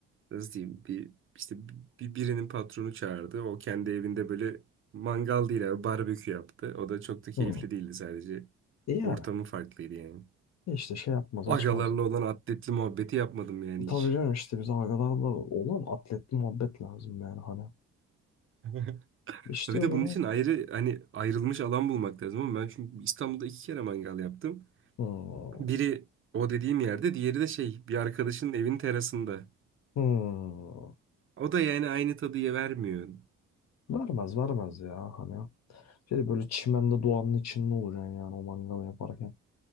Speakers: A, on the right; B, on the left.
A: Nasıl diyeyim? Bir işte bir birinin patronu çağırdı. O kendi evinde böyle mangal değil abi barbekü yaptı. O da çok da keyifli
B: Hmm.
A: değildi sadece.
B: E yani.
A: Ortamı farklıydı yani.
B: E işte şey yapmaz açmaz
A: Agalarla
B: ya.
A: olan atletli muhabbeti yapmadım yani
B: Tabii
A: hiç.
B: canım işte biz agalarla olan atletli muhabbet lazım yani hani.
A: <laughs>
B: İşte
A: Bir
B: onu
A: de bunun için ayrı hani ayrılmış alan bulmak lazım ama ben çünkü İstanbul'da iki kere mangal yaptım.
B: hmm,
A: Biri o dediğim yerde, diğeri de şey bir arkadaşının evin terasında.
B: hmm,
A: O da yani aynı tadıya vermiyor.
B: vermez vermez ya hani. Şey böyle çimende doğanın içinde olacaksın yani o mangalı yaparken.